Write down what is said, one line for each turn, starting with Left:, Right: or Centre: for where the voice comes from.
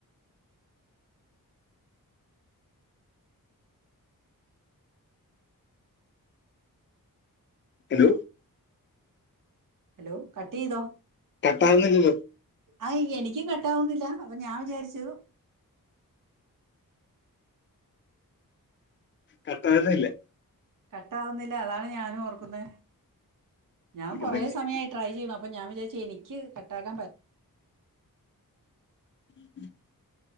Left: ഹലോ
Right: ഹലോ കട്ട് ചെയ്തോ
Left: കട്ടാകുന്നില്ലല്ലോ
Right: ആഹ് എനിക്കും കട്ട് ആവുന്നില്ല അപ്പോ ഞാൻ വിചാരിച്ചു
Left: കട്ടാകുന്നേല്ല
Right: കട്ടാവുന്നില്ല അതാണ് ഞാനും ഓർക്കുന്നേ ഞാൻ
Left: നിനക്ക്
Right: കൊറേ
Left: എന്തെങ്കിലും
Right: സമയാ ട്രൈ ചെയ്യണു അപ്പ ഞാൻ വിചാരിച്ച് എനിക്ക് കട്ടാക്കാൻ പ
Left: ഉ <unintelligible>